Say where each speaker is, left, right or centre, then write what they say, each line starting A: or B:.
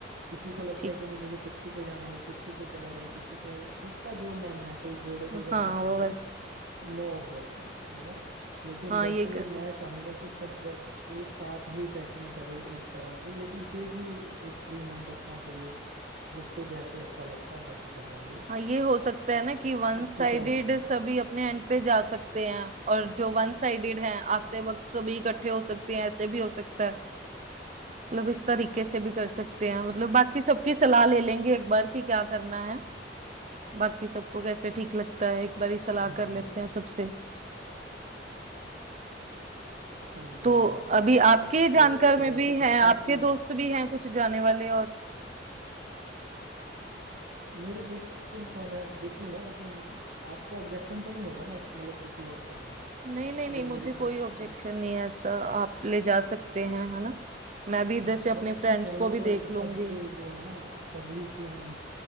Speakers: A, on the right (about 70°); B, on the right (about 40°).
A: किसी को लगता
B: ठीक
A: है कि नहीं मुझे पिट्ठू पे जाना है वो पिट्ठू पे चला जाए किसी को जिसका जो मन है कोई घोड़े पे जाना
B: हाँ
A: चाह
B: वो
A: रहा
B: बस
A: है नो ऑब्जेक्शन है ना लेकिन
B: हाँ
A: वैसे
B: ये कर सकते
A: मैं चाहूंगा कि सब अगर एक साथ ही ट्रैकिंग करें एक तरह से लेकिन फिर भी एक फ्री हैंड रखना चाहिए जिसको जैसे अच्छा लगता है वैसे कर लेंगे
B: हाँ ये हो सकता है ना कि वन
A: आपको
B: साइडेड
A: क्या लगता है
B: सभी अपने एंड पे जा सकते हैं और जो वन साइडेड हैं आते वक्त सभी इकट्ठे हो सकते हैं ऐसे भी हो सकता है मतलब इस तरीके से भी कर सकते हैं मतलब बाकी सबकी सलाह ले लेंगे एक बार कि क्या करना है बाकी सबको कैसे ठीक लगता है एक बार ही सलाह
A: हाँ
B: कर लेते हैं सबसे
A: हाँ जी
B: तो
A: हाँ जी सही
B: अभी
A: है सही
B: आपके
A: है तो
B: जानकार
A: फिर
B: में
A: ऐसा
B: भी हैं
A: करते
B: आपके
A: हैं कि
B: दोस्त भी हैं कुछ जाने वाले और
A: मेरे दोस्तों का मैं देख लूंगा लेकिन आपको ऑब्जेक्शन तो नहीं होगा ना मतलब किसी और को भी
B: नहीं नहीं नहीं
A: अगर
B: मुझे
A: मेरे
B: कोई
A: फ्रेंड सर्कल
B: ऑब्जेक्शन नहीं है ऐसा आप ले जा सकते हैं है ना मैं भी इधर
A: हम्म,
B: से अपने
A: बस
B: फ्रेंड्स
A: ठीक है वो
B: को भी
A: तो
B: देख लूंगी
A: सबके जो है ना सभी के हम